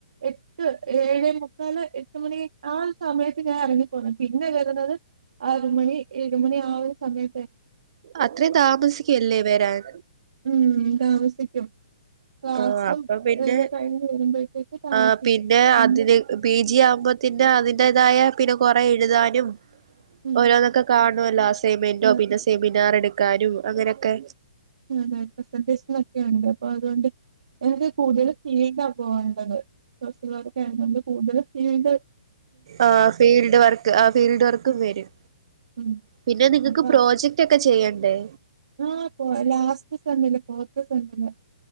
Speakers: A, on the right (about 65°); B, on the right (about 50°).
A: എട്ട് ഏഴേ മുക്കാല് എട്ട് മണി ആ ഒരു സമയത്ത് ഞാൻ ഇറങ്ങി പിന്നെ വര്ന്നത് ആർ മണി ഏഴ് മണി ആ ഒരു സമയ
B: അത്രം താമസിക്കല്ലേ വരാൻ?
A: ഉം താമസിക്ക്യും. ക്ലാസ്സംക്കെ
B: ആഹ് അപ്പൊ പിന്നെ
A: കഴിഞ്ഞ് വരുമ്പോഴത്തേക്ക് താമസിക്കും
B: ആഹ്
A: പിന്നെ
B: അതിന് പി ജി ആവുമ്പോത്തിന്നെ അതിന്റേതായ പിന്നെ കൊറെ എഴ്താനും
A: ആഹ്
B: ഓരോന്നൊക്കെ കാണോല്ലോ അസൈൻമെന്റോ
A: അതെ
B: പിന്നെ സെമിനാർ എട്ക്കാനും അങ്ങനെയൊക്കെ
A: അതെ പ്രസന്റേഷനോക്കെണ്ട് അപ്പൊ അതോണ്ട് എനിക്ക് കൂടുതൽ ഫീൽടാ പോവണ്ടത് സോഷ്യൽ വർക്കയതൊണ്ട് കൂടുതൽ ഫീൽട്
B: ആഹ് ഫീൽഡ് വർക്ക് ആഹ് ഫീൽഡ് വർക്കും
A: ആഹ്
B: വരും
A: ഉം
B: പിന്നെ നിങ്ങൾക്ക്
A: അപ്പൊ
B: പ്രോജ ക്ടൊക്കെ ചെയ്യണ്ടേ?
A: ആഹ് പോ ലാസ്റ്റ് സെമില് ഫോർത്ത് സെമില്